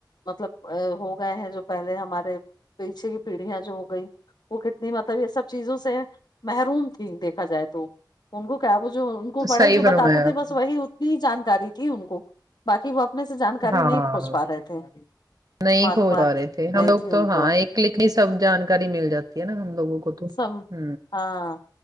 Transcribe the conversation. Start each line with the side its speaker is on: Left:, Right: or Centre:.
Left: مطلب ہو گئے ہیں جو پہلے ہمارے پیچھے کی پیڑھیاں جو گئی وہ نہیں مطلب یہ سب چیزوں سے محروم تھی دیکھا جائے تو ان کو کیا وہ جو کو بڑے
Right: صحیح
Left: جو بتاتے
Right: فرمایا
Left: تھے
Right: آپ
Left: بس
Right: نے
Left: وہی اتنی جانکاری تھی ان کو باقی وہ اپنے سے جانکاری
Right: ہاں
Left: نہیں کھوج پا رہے تھے
Right: نہیں
Left: معلومات
Right: کھوج پا رہے تھے ہم
Left: نہیں
Right: لوگ
Left: تھی
Right: تو
Left: ان
Right: ہاں
Left: کو
Right: ایک کلیک ہی سب جانکاری مل جاتی ہے نا ہم لوگوں کو تو
Left: سب
Right: ہ
Left: ہاں